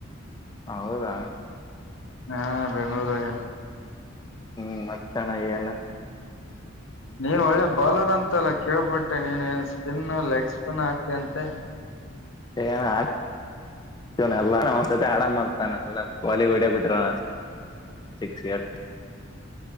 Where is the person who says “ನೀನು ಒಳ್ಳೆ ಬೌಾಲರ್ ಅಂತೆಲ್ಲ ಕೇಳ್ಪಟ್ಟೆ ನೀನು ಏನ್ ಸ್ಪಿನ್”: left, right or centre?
Left